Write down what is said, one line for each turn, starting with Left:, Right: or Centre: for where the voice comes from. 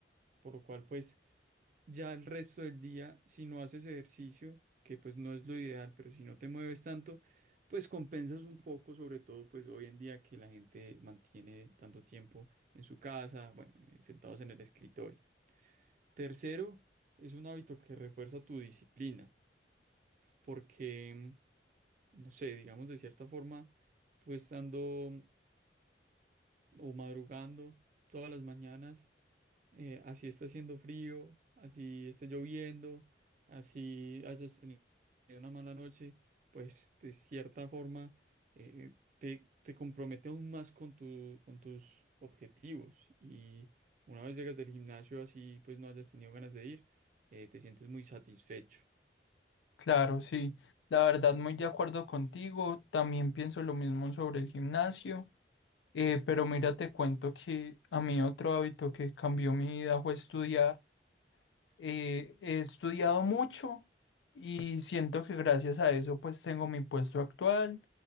Right: por lo cual pues ya el resto del día, si no haces ejercicio, que pues no es lo ideal, pero si no te mueves tanto, pues compensas un poco, sobre todo pues hoy en día que la gente mantiene tanto tiempo en su casa, bueno, eh, sentados en el escritorio. Tercero, es un hábito que refuerza tu disciplina, porque, mm, no sé, digamos de cierta forma, tú estando o madrugando todas las mañanas, eh, así está haciendo frío, así está lloviendo, así hayas tenido una mala noche, pues de cierta forma eh, te, te compromete aún más con tu, con tus objetivos. Y una vez llegas del gimnasio así, pues no hayas tenido ganas de ir, eh, te sientes muy satisfecho.
Left: claro, sí. La verdad, muy de acuerdo contigo. También pienso lo mismo sobre el gimnasio. Eh, pero mira, te cuento que a mí otro hábito que cambió mi vida fue estudiar. Eh, he estudiado mucho y siento que gracias a eso pues tengo mi puesto actual.